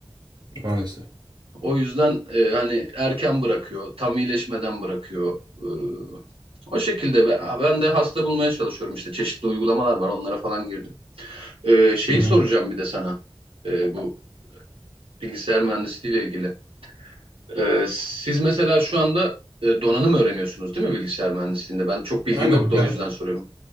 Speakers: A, on the right; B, on the right.
A: maalesef.
B: O yüzden e, hani erken bırakıyor, tam iyileşmeden bırakıyor. E, o şekilde ben, ben de hasta bulmaya çalışıyorum işte. Çeşitli uygulamalar var, onlara falan girdim. E, şeyi
A: Hı hı.
B: soracağım bir de sana. E, bu bilgisayar mühendisliği ile ilgili. Ee, siz mesela şu anda e, donanım öğreniyorsunuz değil mi bilgisayar mühendisliğinde? Ben çok bilgim
A: Aynen
B: yok da
A: ya
B: o yüzden soruyorum.